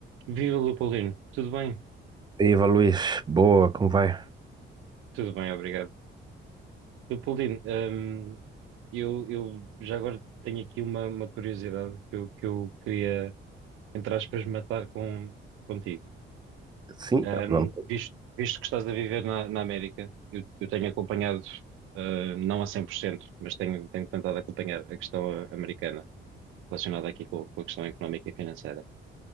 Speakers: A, on the right; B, on the right.
A: Viva Leopoldino, tudo bem?
B: E Eva Luiz, boa, como vai?
A: Tudo bem, obrigado. Leopoldino, hum, eu, eu já agora tenho aqui uma, uma curiosidade que eu, que eu queria, entre aspas, matar com, contigo.
B: Sim,
A: Hum,
B: vamos.
A: visto, visto que estás a viver na, na América, eu, eu tenho acompanhado, uh, não a 100%, mas tenho, tenho tentado acompanhar a questão americana relacionada aqui com, com a questão económica e financeira.